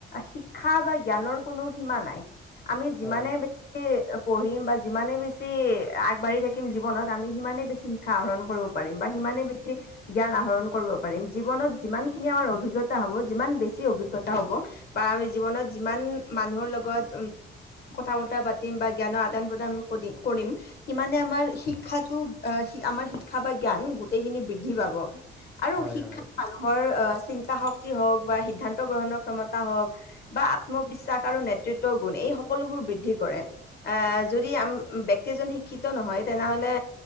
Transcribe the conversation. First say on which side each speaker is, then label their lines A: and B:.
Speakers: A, on the left; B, in the centre.
A: শিক্ষা বা জ্ঞানৰ কোনো সীমা নাই। আমি যিমানে
B: হয়
A: বেছিকে পঢ়িম বা যিমানে বেছি - আগাঢ়ি থাকিম জীৱনত আমি সিমানেই বেছি শিক্ষা আহৰণ কৰিব পাৰিম, বা সিমানে বেছি জ্ঞান আহৰণ কৰিব- পাৰিম। জীৱনত যিমানখিনি আমাৰ অভিজ্ঞতা হ'ব, যিমান বেছি অভিজ্ঞতা হ'ব- বা আমি জীৱনত যিমান মানুহৰ লগত উম- কথা বতৰা পাতিম বা জ্ঞানৰ আদান প্ৰদান কৰি কৰিম। সিমানে আমাৰ শিক্ষাটো, আঁহ', আমাৰ শিক্ষা বা জ্ঞান গোটেইখিনি বৃদ্ধি পাব। আৰু
B: হয়
A: শিক্ষা
B: হয়
A: মানুহৰ চিন্তা শক্তি হওঁক বা সিদ্ধান্ত গ্ৰহণৰ ক্ষমতা হওঁক- বা আত্মবিশ্বাস আৰু নেত- তৃত্ব গুণ, এই সকলোবোৰ বৃদ্ধি কৰে। এ' যদি আমি ব্যক্তিজন- শিক্ষিত নহয়, তেনেহ'লে